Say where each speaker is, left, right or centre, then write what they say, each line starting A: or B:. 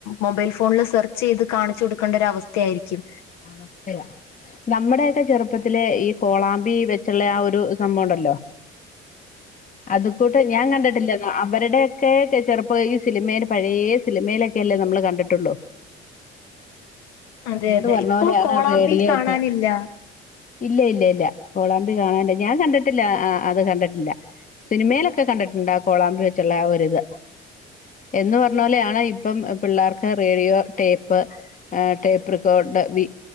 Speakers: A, on the left; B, on the left.
A: മൊബൈൽ ഫോണിൽ സെർച്ചെയ്ത് കാണിച്ചു കൊടുക്കേണ്ട ഒരവസ്ഥേയിരിക്കും.
B: അവസ്ഥയാ നമ്മടെയെക്കെ ചെറുപ്പത്തില് ഈ കോളാമ്പി വെച്ചുള്ള ആ ഒരു സംഭവണ്ടല്ലോ അത് കൂട്ട ഞാൻ കണ്ടിട്ടില്ലെന്നാ അവരുടെയൊക്കെ ചെ ചെറുപ്പയീ സിനിമേല് പഴേ സിനിമേലൊക്കല്ലേ നമ്മള് കണ്ടിട്ടൊള്ളു
A: അതെ
B: എന്ന്
A: അതെ
B: പറഞ്ഞ
A: ഇപ്പൊ
B: പോലെയാണ്
A: കോളാമ്പി
B: റേഡിയോ
A: കാണാനില്ല.
B: ഒക്കെ ഇല്ല ഇല്ല ഇല്ല കോളാമ്പി കാണാനില് ഞാൻ കണ്ടിട്ടില്ല ആ അത് കണ്ടിട്ടില്ല. സിനിമേലൊക്കെ കണ്ടിട്ടുണ്ട് അകോളാമ്പി വെച്ചുള്ള ആ ഒരിത്. എന്നു പറഞ്ഞോല് ഞാനാ ഇപ്പം പിള്ളേർക്ക് റേഡിയോ, ടേപ്പ് ആ ടേപ്പ്റെകോഡ് വി